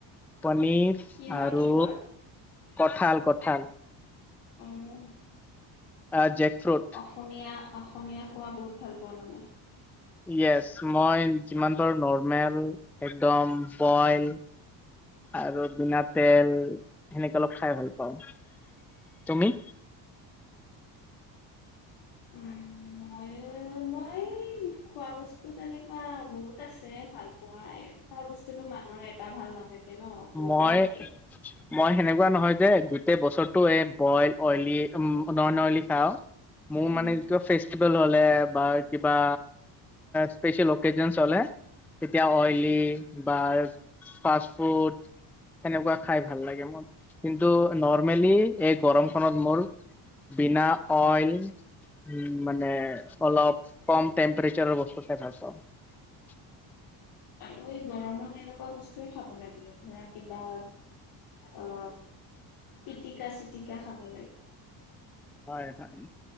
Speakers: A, in the centre; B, on the left.
A: পনীৰ
B: কিহৰ
A: আৰু
B: কিহৰ?
A: কঠাল কঠাল
B: আৰু
A: অ জেক ফ্ৰুট
B: অসমীয়া অসমীয়া খোৱা বহুত ভাল পাওঁ মানে
A: ইয়েছ মই যিমান পাৰো নৰ্মেল একদম বইল আৰু বিনা তেল সেনেকে অলপ খাই ভাল পাওঁ তুমি
B: উম মই মই খোৱা বস্তু তেনেকুৱা বহুত আছে ভাল পোৱা এনেক খুৱা বস্তুতো মানুৰ এটা ভাল নাথাকে ন বহুতে
A: মই
B: থাকে
A: মই সেনেকুৱা নহয় যে গোটেই বছৰটো এই বইল অইলী উ নন অইলি খাও মোৰ
B: উম
A: মানেে যিতো ফেষ্ট হ'লে কিবা স্পেচিয়েল অকে‌জেন‌ তেতিয়া অইলি বা- সেনেকুৱা খাই ভাল লাগে মোৰ কিন্তু নৰ্মেলি এই গৰমখনত মোৰ- বিনা অইল উম মানে অলপ কম টেম্পাৰেচাৰৰ বস্তু চাই ভাল পাওঁ। <inaudible>
B: আৰু আমি এই গৰমত এনেকুৱা বস্তুৱে খাব লাগে ধৰা কিবা। অ পিটিকা চিতিকা খাব লাগে।
A: হয় হয়।